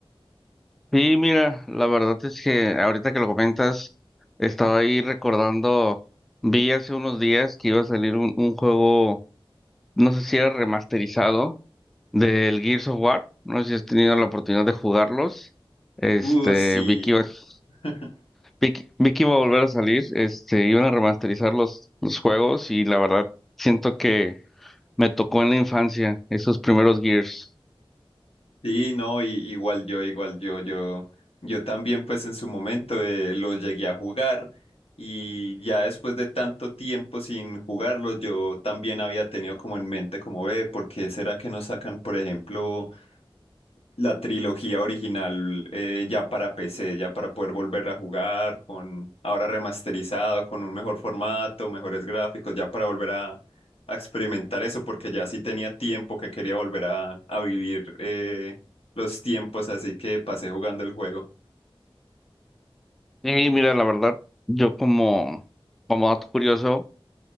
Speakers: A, in the centre; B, on the left.
A: Sí, mira, la verdad es que ahorita que lo comentas, estaba ahí recordando, vi hace unos días que iba a salir un, un juego, no sé si era remasterizado, del Gears of War. No sé si has tenido la oportunidad de jugarlos. Este,
B: Uh, sí.
A: vi que ibas
B: <laughs>
A: Vic, Vic iba a volver a salir, este, iban a remasterizar los, los juegos y la verdad siento que me tocó en la infancia esos primeros Gears.
B: Sí, no, y, igual yo, igual yo, yo, yo también pues en su momento eh, los llegué a jugar y ya después de tanto tiempo sin jugarlos yo también había tenido como en mente como ve, ¿por qué será que no sacan por ejemplo la trilogía original eh, ya para PC, ya para poder volver a jugar con ahora remasterizado, con un mejor formato, mejores gráficos, ya para volver a a experimentar eso porque ya sí tenía tiempo que quería volver a, a vivir eh, los tiempos, así que pasé jugando el juego.
A: Y mira, la verdad, yo como, como dato curioso,